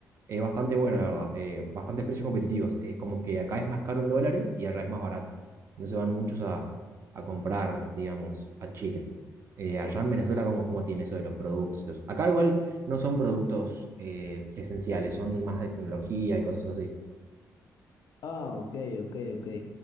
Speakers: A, on the right; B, on the left.
A: Es bastante bueno, la verdad. eh, bastantes precios competitivos. Eh, como que acá es más caro en dólares y allá es más barato. Entonces van muchos a, a comprar, digamos, a Chile. Eh, allá en Venezuela, ¿cómo, cómo tiene eso de los productos? Los- Acá igual no son productos eh, esenciales, son más de tecnología y cosas así.
B: Ah, ok, ok, ok.